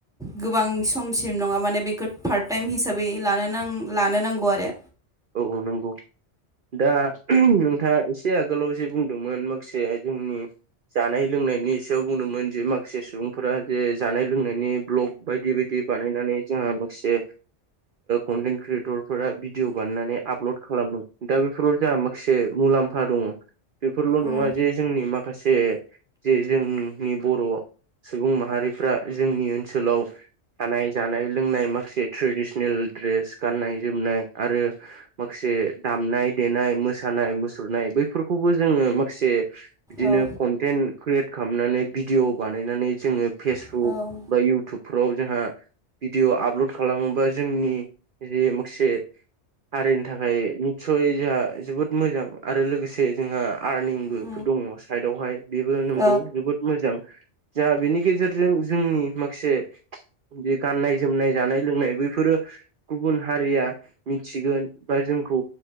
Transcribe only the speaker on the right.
औ नंगौ। दा नोंथाङा एसे आगोलावसो बुंदोंमोन माखासेया जोंनि। जानाय लोंनायनि सायाव बुंदोंमोन जे माखासे सुबुंफोरा जे जानाय लोंनायनि ब्लग बायदि बायदि बानायनानै जोंहा माखासे कन्टेन्ट क्रियेटरफोरा भिदिअ बाननानै आपलड खालामो दा बेफोराव जहा माखासे मुलाम्फा दङ बेफोरल'
नङा जे जोंनि माखासे जे जोंनि बर'। सुबुं माहारिफ्रा जोंनि ओनसोलाव थानाय जानाय लोंनाय माखासे ट्रेडिसनेल दड्रेस गाननाय जोमनाय आरो। माखासे दामनाय देनाय मोसानाय मुसुरनाय बैफोरखौबो जोङो माखासे। बिदिनो
कन्टेन्ट क्रियेट खालामनानै भिडिअ' बानायनानै जोङो फेसबुक
बा इउ इउटुबफोराव जोंहा भिडिअ आपल'ड खालामोबा जोंनि जे माखासे हारिनि थाखाय निसय जोंहा जोबोद मोजां आरो लोगोसे जोंहा आर्निं।
दङ साइदवहाय बेबो नंगौ
जोबोद मोजां। जों बेनि गेजेरजों जोंनि माखासे बे गाननाय जोमनाय जानाय लोंनाय बैफोरो गुबुन हारिया मिथिगोन बा जोंखौ